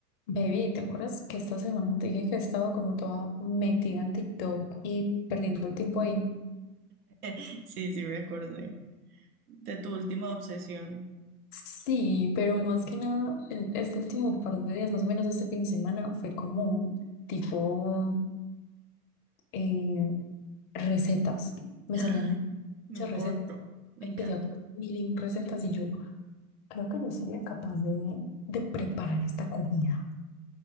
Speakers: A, on the left; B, on the right.
A: Baby, ¿te acuerdas que esta semana te dije que he estado como toda metida en TikTok y perdiendo el tiempo ahí?
B: <laughs> Sí, sí, me acordé de tu última obsesión.
A: Sí, pero más que nada, el- este último par de días, más o menos este fin de semana, fue como tipo eh, recetas. Me
B: Ay,
A: salían
B: lo
A: muchas
B: encuentro.
A: recetas.
B: Me
A: Empecé
B: encanta.
A: a ver mil y un recetas y yo creo que yo sería capaz de, de preparar esta comida.